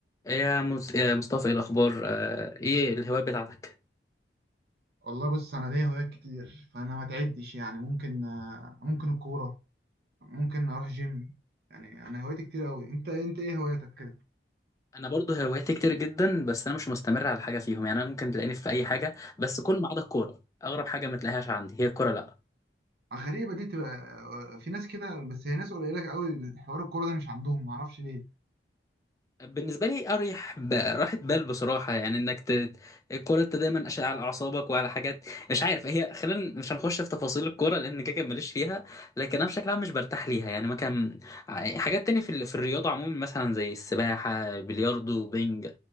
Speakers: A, on the left; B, on the right.
A: يا مس... يا مصطفى ايه الاخبار آه، ايه الهوايات بتاعتك
B: والله بص انا ليا هوايات كتير فانا ما تعدش يعني ممكن آه، ممكن الكوره ممكن اروح جيم يعني انا هوايتي كتير قوي انت انت ايه هواياتك كده
A: انا برضو هواياتي كتير جدا بس انا مش مستمر على حاجه فيهم يعني انا ممكن تلاقيني في اي حاجه بس كل ما عدا الكوره اغرب حاجه ما تلاقيهاش عندي هي الكوره لا
B: غريبه دي تبقى آه، في ناس كده بس هي ناس قليله قوي حوار الكوره ده مش عندهم ما اعرفش ليه
A: بالنسبه لي اريح ب... راحه بال بصراحه يعني انك ت... الكوره انت دايما أش- على اعصابك وعلى حاجات مش عارف هي خلينا مش هنخش في تفاصيل الكوره لان كده كده ماليش فيها لكن انا بشكل عام مش برتاح ليها يعني ما كان ع- حاجات تانية في ال... في الرياضه عموما مثلا زي السباحه بلياردو بينج